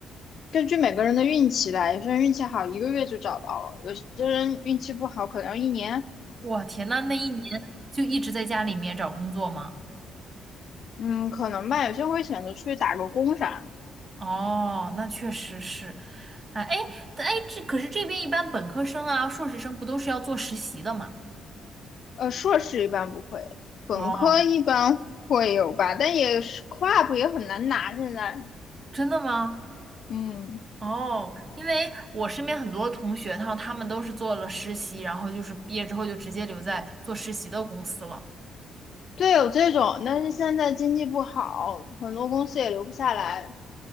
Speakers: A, on the left; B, on the right.
A: 根据每个人的运气来，有些人运气好一个月就找到了，有些人运气不好可能要一年，
B: 我天呐，那一年就一直在家里面找工作吗？
A: 嗯，可能吧。有些人会选择出去打个工啥的，
B: 哦，那确实是，啊，哎，但哎，这可是这边一般本科生啊、硕士生不都是要做实习的吗？
A: 呃，硕士一般不会，本科一般会有吧，
B: 哦，
A: 但也是 c l u b 也很难拿现在，
B: 真的吗？
A: 嗯。
B: 哦，因为我身边很多同学，他他们都是做了实习，然后就是毕业之后就直接留在做实习的公司了。
A: 对，有这种，但是现在经济不好，很多公司也留不下来，